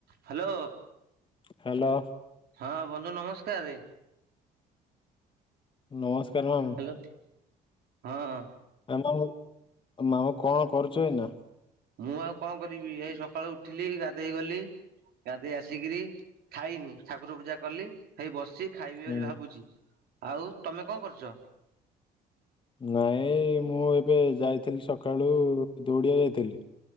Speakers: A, on the right (about 70°); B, on the left (about 30°).
A: ହ୍ୟାଲୋ।
B: ହ୍ୟାଲୋ।
A: ହଁ ବନ୍ଧୁ ନମସ୍କାର।
B: ନମସ୍କାର ମାମୁଁ।
A: ହ୍ୟାଲୋ ହଁ।
B: ଆ ମାମ ମାମୁ କଣ କରୁଛ ଏଇନା?
A: ମୁଁ ଆଉ କଣ କରିବି ଏଇ ସକାଳୁ ଉଠିଲି ଗାଧେଇ ଗଲି। ଗାଧେଇ ଆସିକିରି ଖାଇନି ଠାକୁର ପୂଜା କଲି। ହେଇ ବସିଛି ଖାଇବି
B: ହୁଁ
A: ବୋଲି ଭାବୁଛି ଆଉ ତମେ କଣ କରୁଛ?
B: ନାଇଁ ମୁଁ ଏବେ ଯାଇଥିଲି ସକାଳୁ ଦୌଡିଆକୁ ଯାଇଥିଲି।